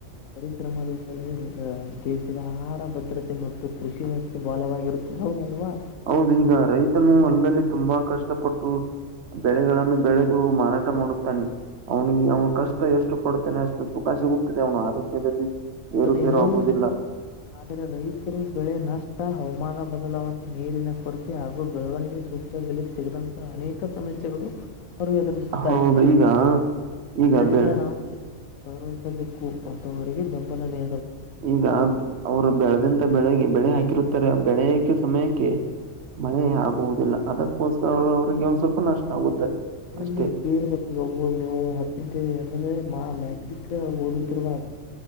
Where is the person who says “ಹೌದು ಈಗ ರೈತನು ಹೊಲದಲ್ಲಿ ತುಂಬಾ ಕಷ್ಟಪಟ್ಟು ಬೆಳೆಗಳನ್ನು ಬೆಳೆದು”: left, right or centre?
Right